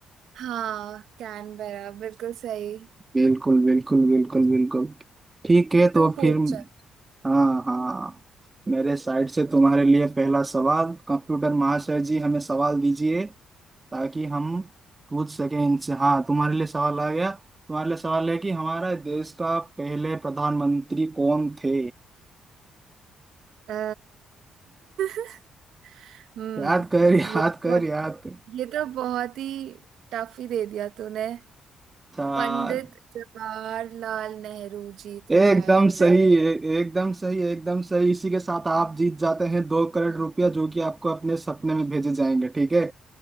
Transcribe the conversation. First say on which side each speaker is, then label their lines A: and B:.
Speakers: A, on the right; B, on the right.
A: हाँ कैनबेरा बिल्कुल सही
B: बिल्कुल बिल्कुल बिल्कुल बिल्कुल ठीक है तो
A: तू पूछ
B: फिर
A: चल।
B: हाँ हाँ मेरे साइड से तुम्हारे लिए पहला सवाल कंप्यूटर महाशय जी हमें सवाल दीजिए ताकि हम पूछ सकें इनसे हाँ तुम्हारे लिए सवाल आ गया तुम्हारे लिए सवाल है कि हमारा देश का पहले प्रधानमंत्री कौन थे
A: अ, <laughs> हम्म
B: याद कर याद
A: ये तो
B: कर
A: बहुत
B: याद कर
A: ये तो बहुत ही टफ ही दे दिया तूने
B: अच्छा,
A: पंडित जवाहरलाल नेहरू जी थे
B: एकदम
A: शायद
B: सही
A: से
B: ए- एकदम सही एकदम सही इसी के साथ आप जीत जाते हैं दो करोड़ रुपया जो कि आपको अपने सपने में भेजे जाएंगे ठीक है